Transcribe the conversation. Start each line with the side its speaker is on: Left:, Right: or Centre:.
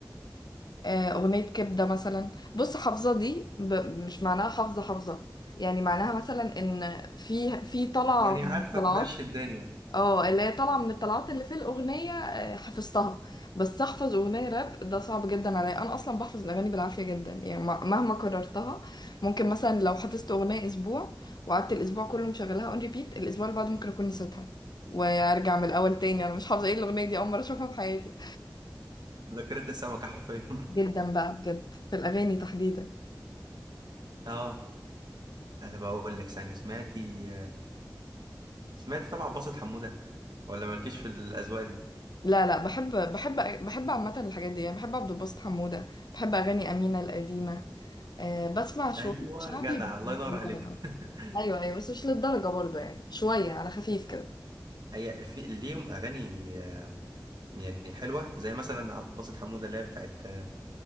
Left: آه، أغنية كبدة مثلا بص حافظة دي ب... مش معناها حافظة حافظة يعني معناها مثلا إن في في طلعة
Right: يعني عارفة
Left: من الطلعات
Right: تمشي الدنيا
Left: اه اللي هي طالعة من الطلعات اللي في الأغنية آه، حفظتها بس أحفظ أغنية راب ده صعب جدا عليا أنا أصلا بحفظ الأغاني بالعافية جدا يعني م- مهما كررتها ممكن مثلا لو حفظت أغنية أسبوع وقعدت الأسبوع كله مشغلاها أون ريبيت الأسبوع اللي بعده ممكن أكون نسيتها وأرجع من الأول تاني أنا مش حافظة إيه الأغنية دي أول مرة أشوفها في حياتي
Right: ذاكرة السمكة حرفيا
Left: جدا بقى بجد في الأغاني تحديدا
Right: <laughs> اه انا بقول لك ثانية سمعتي سمعتي طبعا باصة حمودة ولا مالكيش في الاذواق دي
Left: لا لا بحب بحب بحب عامة الحاجات دي يعني بحب عبد الباسط حمودة بحب أغاني أمينة القديمة أه بسمع شوية
Right: ايوه
Left: شعبي
Right: جدع
Left: بس
Right: الله
Left: مش
Right: ينور
Left: للدرجة
Right: عليك <laughs>
Left: أيوة أيوة بس مش للدرجة برضه يعني شوية على خفيف كده
Right: هي في ليهم اغاني آه، يعني حلوه زي مثلا عباسة حموده اللي هي بتاعت آه،